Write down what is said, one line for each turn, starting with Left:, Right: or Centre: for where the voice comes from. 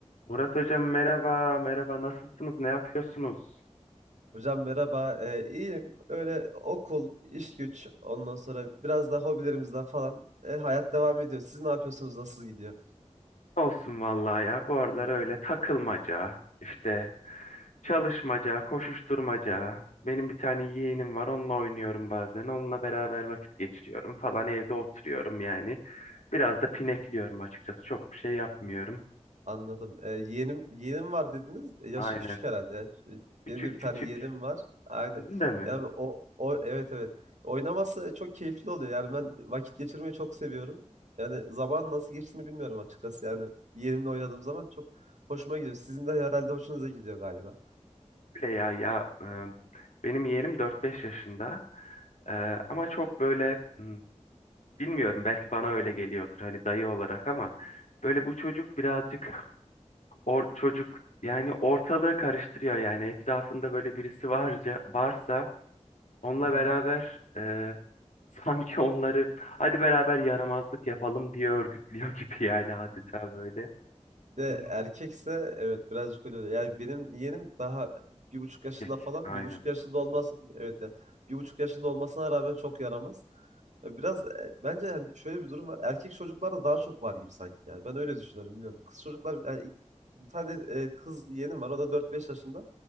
Left: Murat Hocam merhaba, merhaba. Nasılsınız, ne yapıyorsunuz?
Right: Hocam merhaba. Ee, iyiyim. Öyle okul, iş güç, ondan sonra biraz da hobilerimizden falan e, hayat devam ediyor. Siz ne yapıyorsunuz? Nasıl gidiyor?
Left: Olsun vallahi ya. Bu aralar öyle takılmaca, işte çalışmaca, koşuşturmaca. Benim bir tane yeğenim var, onunla oynuyorum bazen. Onunla beraber vakit geçiriyorum falan. Evde oturuyorum yani. Biraz da pinekliyorum açıkçası. Çok bir şey yapmıyorum.
Right: Anladım. Ee, yeğenim yeğenim var dediniz. E, yaşı
Left: Aynen.
Right: küçük herhalde. ya. Ş-
Left: Küçük
Right: Benim de bir
Left: küçük.
Right: tane yeğenim var. Aynen.
Left: Sizin de mi?
Right: Yani o o evet evet. Oynaması çok keyifli oluyor. Yani ben vakit geçirmeyi çok seviyorum. Yani zaman nasıl geçtiğini bilmiyorum açıkçası. Yani yeğenimle oynadığım zaman çok hoşuma gidiyor. Sizin de herhalde hoşunuza gidiyor galiba.
Left: Öyle ya ya. e, Benim yeğenim dört beş yaşında. E,
Right: Hı hı.
Left: ama çok böyle hmm, bilmiyorum belki bana öyle geliyordur hani dayı olarak ama böyle bu çocuk birazcık or çocuk yani ortalığı karıştırıyor yani etrafında böyle birisi varca varsa onunla
Right: Hı
Left: beraber e, sanki onları hadi beraber yaramazlık yapalım diye örgütlüyor <laughs> gibi yani adeta
Right: hı.
Left: böyle.
Right: Bir de
Left: Hmm,
Right: erkekse evet birazcık öyle. oluyor. Yani benim yeğenim daha bir buçuk yaşında
Left: peki,
Right: falan.
Left: Aynen.
Right: Bir buçuk yaşında olmaz. Evet ya. Bir buçuk yaşında olmasına rağmen çok yaramaz. Ya Biraz e, bence yani şöyle bir durum var. Erkek çocuklarda daha çok var gibi sanki yani. Ben öyle düşünüyorum bilmiyorum. Kız çocuklar yani ilk- bir tane e, kız yeğenim var. O da dört beş yaşında.